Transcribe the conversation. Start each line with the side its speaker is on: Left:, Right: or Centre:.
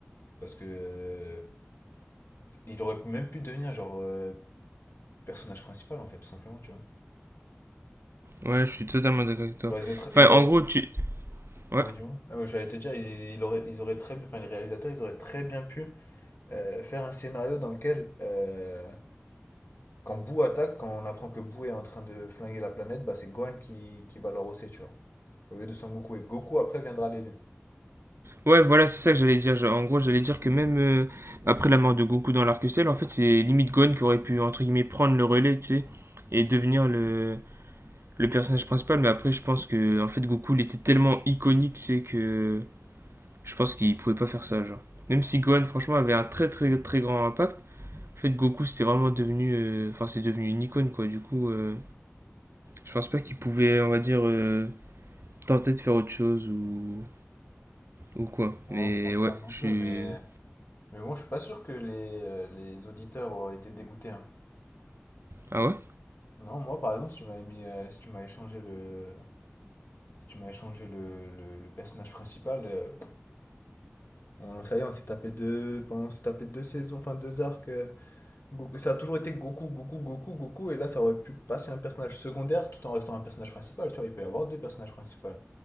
Left: Parce que euh, il aurait même pu devenir genre euh, personnage principal en fait, tout simplement, tu vois.
Right: Ouais, je suis totalement d'accord avec toi.
Left: Genre, ils auraient,
Right: Enfin,
Left: ils
Right: en
Left: auraient
Right: gros, tu... Ouais,
Left: Ouais, du moins. Ah, ouais, J'allais te dire, ils, ils auraient, ils auraient très, bien- enfin, les réalisateurs, ils auraient très bien pu euh, faire un scénario dans lequel, euh, quand Boo attaque, quand on apprend que Boo est en train de flinguer la planète, bah, c'est Gohan qui, qui va le rosser, tu vois. Au lieu de Son Goku. Et Goku, après, viendra l'aider.
Right: ouais voilà, c'est ça que j'allais dire. En gros, j'allais dire que même euh, après la mort de Goku dans l'arc-ciel, en fait, c'est limite Gon qui aurait pu, entre guillemets, prendre le relais, tu sais, et devenir le, le personnage principal. Mais après, je pense que, en fait, Goku, il était tellement iconique, c'est que je pense qu'il pouvait pas faire ça, genre. Même si Gon, franchement, avait un très, très, très grand impact, En fait, Goku, c'était vraiment devenu. euh, Enfin, euh, c'est devenu une icône, quoi. Du coup, euh, je pense pas qu'il pouvait, on va dire, euh, tenter de faire autre chose ou, ou quoi.
Left: Non,
Right: Mais
Left: je pense
Right: ouais,
Left: pas non
Right: je
Left: plus,
Right: suis.
Left: mais... Mais bon, je suis pas sûr que les, euh, les auditeurs auraient été dégoûtés, hein.
Right: Ah ouais?
Left: Non, moi, par exemple, si tu m'avais mis, euh, si tu m'as échangé le... Si tu m'as échangé le, le, le personnage principal, euh, on, ça y est, on s'est tapé deux, pendant, on s'est tapé deux saisons, enfin deux arcs, euh, Goku- ça a toujours été Goku, Goku, Goku, Goku, et là ça aurait pu passer un personnage secondaire tout en restant un personnage principal, tu vois, il peut y avoir deux personnages principaux.